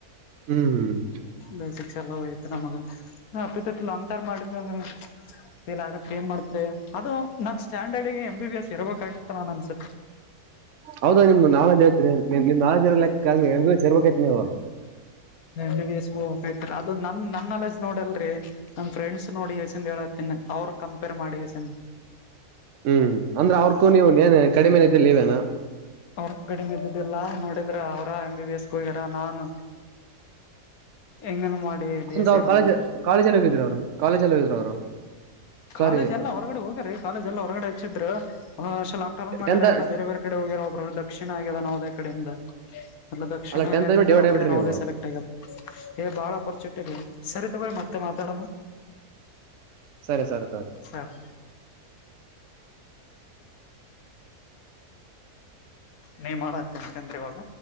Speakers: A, on the right; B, on the left.
A: ಹ್ಮ್.
B: ಬೇಸಿಕ್ಸ್ ಎಲ್ಲ ಹೋಯ್ತು ನಮಗ ಅಪ್ಪತ್ಪ್ಪ ಲಾಂಗ್ ಟರ್ಮ್ ಮಾಡಿದ್ ಅಂದ್ರ. ಲ್ ಆಗತ್ರಿ ಏನ್ ಮಾಡತ್ರಿ ಅದು. ನಾ ಸ್ಟ್ಯಾಂಡರ್ಡ್ಗೆ ಎಂ ಬಿ ಎಸ್ ಇರಬೇಕಾಗಿತ್ತು ನಾನನ್ ಅನ್ಸೆ
A: ಹೌದಾ ನಿಮ್ ನಳಜ್ ಐತ್ರಿ ನಿಮ ನಾೆ್ ಇರ ಲೆಕ್ಕಂಗ ಸೇರ್ಬೇಕೈತಿ ನೀಾವು
B: ನ ಬಸ್ಬ್ತರ ಅದು ನನ್ ನನ್ನಲ್ಲ್ ನೋಡಲ್ರಿೀ ನನ್ ಫ್ರೆಂಡ್ಸ್ ನೋಡಿ ಎಸಿಂದ ಹೇಳತ್ತಿನಿ ಅವ್ರರು ಕಂಪೇರ್ ಮಾಡಿ ಎಸಂದ
A: ಹ್ಮ್ ಅಂದ್ರೆ ಅವ್ರಕೂ ನೀವು ೇನ್ ಕಡಿಮೆ ನ ಇದ್ದಲ್ಲಿ ಇವೇನ
B: ಅವ್ರಗ ಕಡಿಮೆ ಇದ್ದುದಿಲ್ಲಾ ನೋಡಿದ್ರ ಅವ್ರ ಎ್ ಬಿ ಬಿ ಎಸ್ಗೆ ಹೋಗ್ಯಾರ ನಾನು ಎಂಗನು ಮಾಡಿ ಬಿ
A: ಅಂತ
B: ಎಸ್
A: ಅವರು
B: ಸಿ ಅಗ್ರಿ
A: ಕಾಲೇಜ
B: ಬಂದ್
A: ಕಾಲೇಜಲ್ಲಿ ಹೋಗಿದ್ರರು ಅವ್ರು ಕಾಲೇಜಲ್ಲಿ ಹೋಗಿದ್ರು ಅವ್ರು
B: ಕಾಲೇಜ್
A: ಸಾರಿ
B: ಎಲ್ಲ ಹೊರಗಡೆ ಹೋಗರಿ ಕಾಲೇಜ ಎಲ್ಲ ಹೊರಗಡೆ ಹಚ್ಚಿದ್ರ ಲಾಂಗ್ ಟರ್ಮ್ ಮಾಡ್ಯಾರೆ
A: ಟೆಂತ್
B: ಎಲ್ಲ ಬೇರೆ ಬೇರೆ ಈ ಕಡೆ ಹೋಗಿರೋ ಒಬ್ಬ್ರರು ದಕ್ಷಿಣ ಆಗ್ಯದ ನಾವುದೇ ಕಡೆಯಿಂದ ಅ ದಕ್ಷಿಣೆಯಿಂದ
A: ಅಲ್ಲ ಟೆಂತ್ ಡಿವೈಡ್
B: ಆ
A: ಆಗ್ಬಿಟ್ರಿ
B: ಕಡೆ ನಾವುದೇ
A: ನೀವು
B: ಸೆಲೆಕ್ಟ್ ಏ ಬಾಳ ಅಪರ್ಚುನಿಟಿ ಇ ಸರಿ ತಗ್ರಿ ಮತ್ತೆ ಮಾತಾಡಮ್ಮ
A: ಸರಿ ಸರ್ ಸ
B: ಸರ್ ನೀ ಮಾಡತ್ತೀನಂತಂದ್ರ ಇವಾಗ